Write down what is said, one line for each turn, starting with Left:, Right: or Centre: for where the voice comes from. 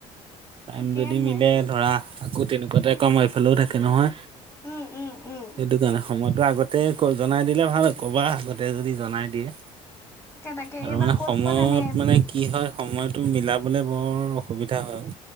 Right: টাইম
Left: তাকেহে
Right: যদি মিলে ধৰা আকৌ তেনেকুৱাতে কাম আমাৰ এইফালেও থাকে নহয়।
Left: উম উম উম।
Right: সেইটো কাৰণে সময়তটো আগতে জনাই দিলে ভাল ক'বা আগতে যদি জনাই দিয়ে।
Left: তাকে তাকে
Right: আৰু
Left: এইবাৰ
Right: মানে
Left: ক'ত
Right: সময়ত
Left: ক'ত এনে
Right: মানে, কি হয় সময়টো মিলাবলে বৰ অসুবিধা হয় অ।